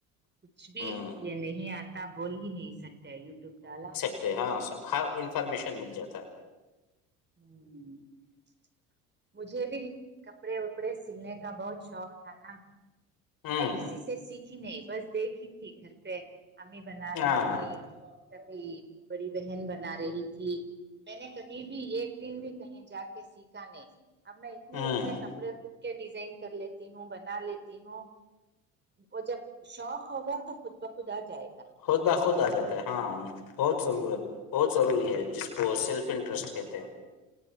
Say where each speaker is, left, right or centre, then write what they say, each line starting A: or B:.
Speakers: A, on the right (about 25°); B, on the left (about 55°).
A: کچھ بھی
B: ہوں
A: یہ نہیں آتا بول ہی نہیں سکتا یو ٹیوب دالا
B: ہاںر ہر انفارمیشن مل جاتا ہے
A: ہوں <inaudible> مجھے بھی کپڑے وپڑے سلنے کا بہت شوق تھا نا
B: ہے ہوں
A: میں کسی سے سیکھی نہیں بس دیکھھی تھی گھر پہ امی بنا رہی
B: ہاں
A: تھیں کبھی بڑی بہن بنا رہی تھی میں نے کبھی بھی ایک دن بھی کہیں جا کے سیکھا نہیں اب میں اتنے
B: ہوں
A: اتنے کپڑے خود کے ڈیزائن کر لیتی ہوں بنا لیتی ہوں وہ جب شوق ہوگا تو خود بخود آ جائے گا
B: خود باخود آ جاتا ہے ہاں بہت ضرورت بہت ضروری ہے جس کو سیلف انٹرسٹ کہتے ہیں